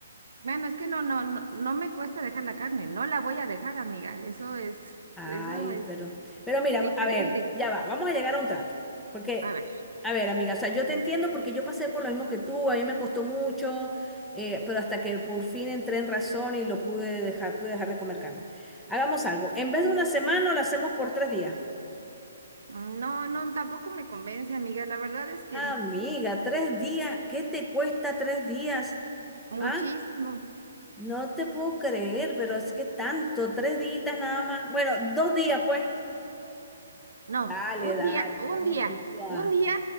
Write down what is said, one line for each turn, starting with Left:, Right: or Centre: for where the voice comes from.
Right: Bueno, es que no, no, no, no me cuesta dejar la carne, no la voy a dejar, amiga. Eso es,
Centre: Ay,
Right: eso es
Centre: pero, pero mira,
Right: Diferente.
Centre: a ver, ya va, vamos a llegar a un trato. Porque,
Right: A ver,
Centre: a ver, amiga, o sea, yo te entiendo porque yo pasé por lo mismo que tú, a mí me costó mucho, eh, pero hasta que por fin entré en razón y lo pude dejar, pude dejar de comer carne. Hagamos algo, en vez de una semana, lo hacemos por tres días.
Right: no, no, tampoco me convence, amiga. La verdad es que
Centre: Amiga,
Right: n-
Centre: tres días, ¿qué te cuesta tres días?
Right: muchísimo.
Centre: ¿Ah? No te puedo creer,
Right: muchísimo.
Centre: pero es que tanto, tres días nada más. Bueno, dos días, pues.
Right: No,
Centre: Dale,
Right: un
Centre: dale,
Right: día, un
Centre: dos
Right: día,
Centre: días.
Right: un día,